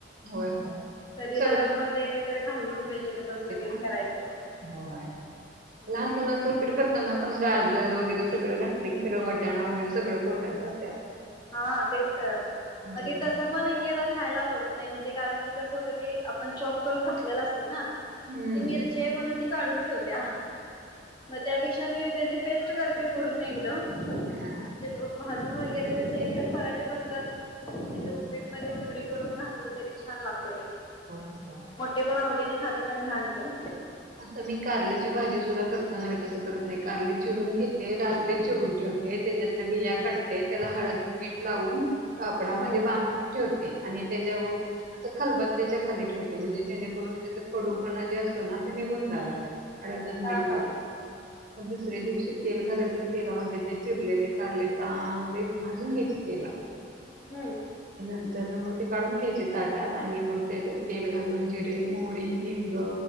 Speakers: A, on the right (about 50°); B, on the left (about 25°).
A: होय होय
B: कधी
A: सगळं
B: रव्या मधे तेन घालून <inaudible> बस
A: घालायचं
B: वगैरे
A: ना
B: करायच हम्
A: होय लहान मुलांच उपीट करताना आपण गाजर वगैरे सगळं घातलं कि सगळं वटाणा वगैरे सगळं पोटात जात
B: हा तेच तर
A: हम्म
B: म ते तस पण एकेकदा खायला बघत नाही म्हणजे कारण की कसं होतं ते आपण चॉप करून घातलेलं असतं ना
A: हम्म
B: ती मिरची आहे म्हणून ती काढून ठेवत्या मग त्यापेक्षा मी त्याची पेस्ट करते पूर्ण एकदम
A: हा
B: म्हणजे भाजून वगैरे त्या एक पराठे बनतात नायतर
A: हम्म.
B: उपिट मध्ये प्युरी करून घातलं तरी छान लागत ते
A: होय होय
B: मोठे पण आवडीने खातात आणि लहान पण
A: आता मी कारल्याची भाजी सुद्धा करताना म तसं करत नाही कारली चिरून घेते रात्री चिरून ठेवते. त्याच्यातल्या बिया काढते त्याला हळद मीठ लावून कापडामध्ये
B: हम्म.
A: बांधून ठेवते. आणि त्याच्यावर असं खलबत्या त्याच्या खाली ठेवते म्हणजे जेणेकरून त्याचा कडूपणा जे असतो ना निघून जाणार असं हळद आणि
B: हा
A: मीट
B: हा
A: लाव दुसरे दिवशी तेल घालायचं तेला म्हणजे ते चिरलेले कारले चांगले भाजून घ्यायचे तेलात
B: हम्म.
A: त्या नंतर न मग काढून घ्यायचे ताटात आणि मग त्याच्या तेल घालून जिरे, मोहरी, हिंग